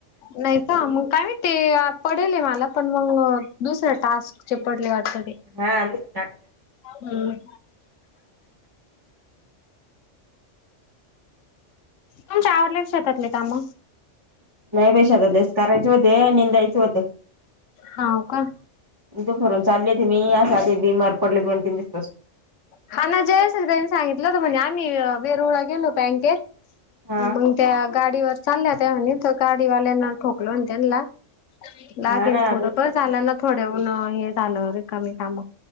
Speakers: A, on the left; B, on the right.
A: नाही का? मग काय माहिती ते पडेल आहे मला पण मग दुसरे टास्क. <unintelligible>
B: हा. अ
A: हम्म. तुमचे आवरले ना शेतातले काम?
B: जाऊ दे शेतातलेच करायचे होते. निंदायच होत.
A: हाव का?
B: दुपारून चालले होते मी. यासाठी बीमार पडले दोन तीन दिस पासून.
A: हा ना. जयेश आणि त्यांनी सांगितलं होत. म्हणे आम्ही वेरूळला गेलो होतो बँकेत.
B: हा
A: मंग त्या गाडीवर चालल्या होत्या म्हणे. त्या गाडीवाल्यान ठोकल म्हणे त्यांना. लागेल
B: हा ना
A: थोडं.
B: आता
A: बर झालं ना थोडहून हे झालं. रिकामी काम.